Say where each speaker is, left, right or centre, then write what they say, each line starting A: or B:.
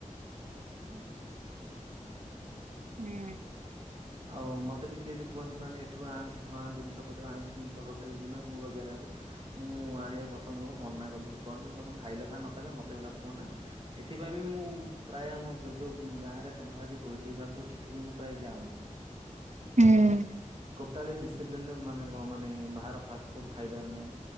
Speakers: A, on the right; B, on the right.
A: <unintelligible> <unintelligible>
B: ହୁଁ ଉଁ
A: ଆଉ ମତେ ବି କିଏ ଯଦି କୁହନ୍ତି, ମାନେ ଏଠୁ ଆଣ, ସେଠୁ ଆଣ, ଜିନିଷପତ୍ର ଆଇଁଷ ଜିନିଷ ହୋଟେଲ କିମ୍ବା ମୋ ବାଗେରରୁ ମୁଁ ଆଣିବାକୁ ପସନ୍ଦ କରୁ ମନା କରିଦିଏ ସ୍ପଟ, ତମେ ଖାଇଲ ଖା ନ ଖାଇଲ, ମତେ ଏଗୁଡା କୁହ ନା। ଏଥିପାଇଁ ବି ମୁଁ ପ୍ରାୟ ଆମ ଯୋଉ ଗାଁ ରେ ସାଙ୍ଗସାଥି ଭୋଜିଭାତ ହୁଏ, ସେଠି ବି ମୁଁ ପ୍ରାୟ ଯାଉନି।
B: ହୁଁ
A: ଟୋଟାଲ ଡିସିପ୍ଲି ମାନେ ମାନେ ବା ଫାଷ୍ଟ ଫୁଡ ଖାଇବାର ନାହିଁ।